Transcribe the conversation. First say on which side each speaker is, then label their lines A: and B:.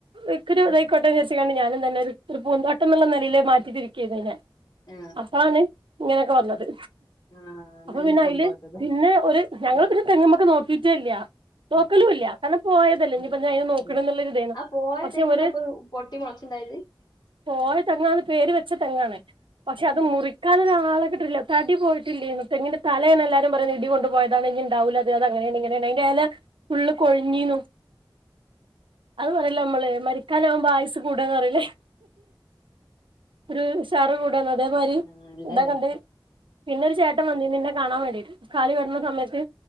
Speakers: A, on the right; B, on the left.
A: ഇക്കൊരു
B: ആ
A: ഇതയ്ക്കോട്ടെ വിചരിച്ചക്കണ്ട് ഞാനും തന്നെ ഒരു പൂന്തോട്ടംന്നൊള്ള നിലയില് മാറ്റി തിരിക്കിയാരുന്നു അയിനെ
B: ആ
A: അപ്പളാണ് ഇങ്ങനൊക്കെ വന്നത്
B: ആ
A: അപ്പൊ
B: നല്ല
A: പിന്നെ
B: സംഭവാട്ടത്
A: അയില് പിന്നെ ഒരു ഞങ്ങൾ
B: ഉം
A: പിന്നെ തെങ്ങുമെക്കെ നോക്കിട്ടേ ഇല്ല നോക്കലുല്ല
B: ആ
A: കാരണം പോയതല്ലേ
B: അതെ
A: ഇനിപ്പ എന്തിനാ അയിനെ നോക്കണെന്നുള്ള
B: ഉം
A: ഇതായിരുന്നു
B: ആ പോയ
A: പക്ഷെ
B: തെങ്ങ്ന്നാ
A: ഒരു
B: ഇപ്പൊ <unintelligible>
A: പോയ തെങ്ങാന്ന് പേര് വെച്ച തെങ്ങാണ് പക്ഷെ
B: ഏ
A: അത് മുറിക്കാനൊരാളെ കിട്ടില്ല തടി പോയിട്ടില്ല്യാന്നു തെങ്ങിന്റെ തലയാണ് എല്ലാരും പറയുന്നത് ഇടി കൊണ്ട് പോയാതാണ് ഇനി ഉണ്ടാവൂല്ല അത് അങ്ങനെയാണ് ഇങ്ങനെയാണ് അയിന്റെ എല ഫുള്ള് കൊഴിഞ്ഞിന്നു അത് പറയില്ല നമ്മള് മരിക്കാനാവുമ്പാ ആയുസ് കൂടാന്ന് പറയില്ലേ ഒരു സാറു കൂടാന്ന അതേമാരി
B: ആ നല്ല
A: ഇന്താകണ്ട്
B: രസം
A: പിന്നൊരു ചേട്ടൻ വന്നീ നിന്നെ കാണാൻ വേണ്ടീട്ട് കാലി വരുന്ന സമയത്ത്